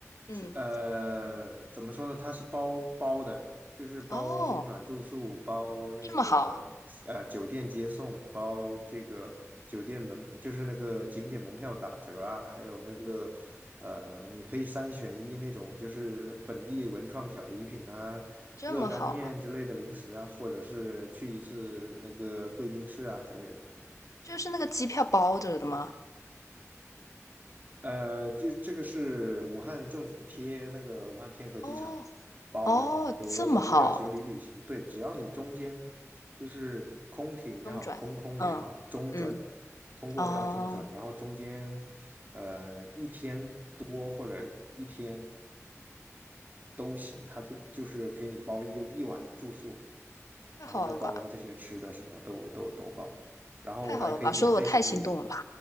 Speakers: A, on the left (about 90°); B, on the right (about 35°).
A: 嗯，
B: 是呃怎么说呢，它是包包的，就是包中转住宿，
A: 哦，
B: 包那个呃酒店接送，
A: 这么好，
B: 包这个酒店门，就是那个景点门票打折啊，还有那个呃你可以三选一那种，就是本地文创小礼品啊。
A: 这么好，
B: 热干面之类的零食啊，或者是去一次那个贵宾室啊之类的。
A: 就是那个机票包着的吗？
B: 呃，就这个是武汉政府贴那个武汉天河机场包的，
A: 哦哦，
B: 有个有个叫节旅旅行，
A: 这么好，
B: 对，只要你中间就是空铁也好，
A: 中转。
B: 空空也好，
A: 嗯嗯，
B: 中转通过它中转，
A: 哦，
B: 然后中间呃一天多或者一天都行，它就就是给你包一一晚的住宿，
A: 太好了吧？
B: 然后再包这些吃的什么都都都包，然后还可以免费行李，
A: 太好了吧，说的我太心动了